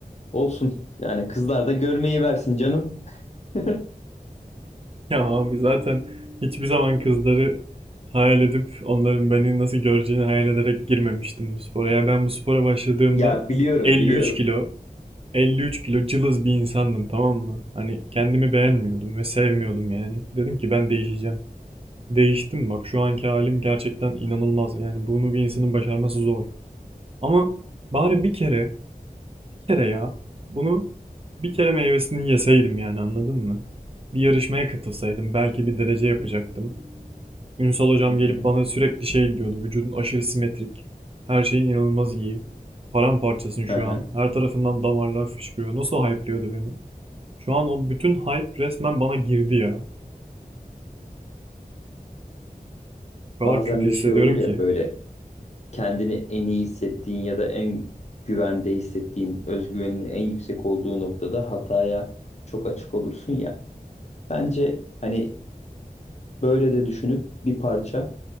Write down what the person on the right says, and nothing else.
<laughs> Ya abi zaten hiçbir zaman kızları hayal edip onların beni nasıl göreceğini hayal ederek girmemiştim bu spora. Ya ben bu spora başladığımda
53
kilo, 53 kilo cılız bir insandım tamam mı? Hani kendimi beğenmiyordum ve sevmiyordum yani. Dedim ki ben değişeceğim. Değiştim bak şu anki halim gerçekten inanılmaz. Yani bunu bir insanın başarması zor. Ama bari bir kere bir kere ya. Bunu bir kere meyvesini yeseydim yani anladın mı? Bir yarışmaya katılsaydım belki bir derece yapacaktım. Ünsal hocam
gelip bana sürekli şey diyordu. Vücudun aşırı simetrik. Her şeyin inanılmaz iyi. Paramparçasın şu
an. Her tarafından damarlar fışkırıyor. Nasıl hype'liyordu beni? Şu an o bütün hype resmen bana girdi ya. O kadar
kötü
hissediyorum
ki.